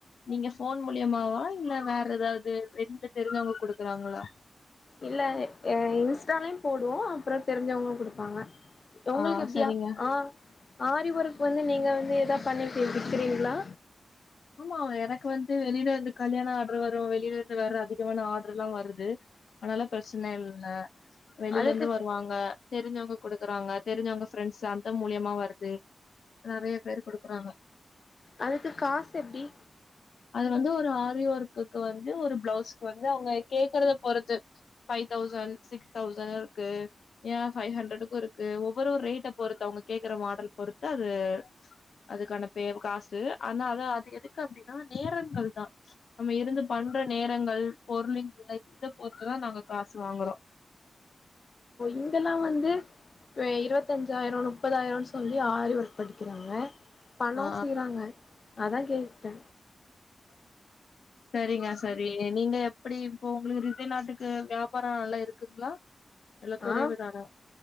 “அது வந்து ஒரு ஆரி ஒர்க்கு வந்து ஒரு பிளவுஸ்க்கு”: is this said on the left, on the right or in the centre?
Left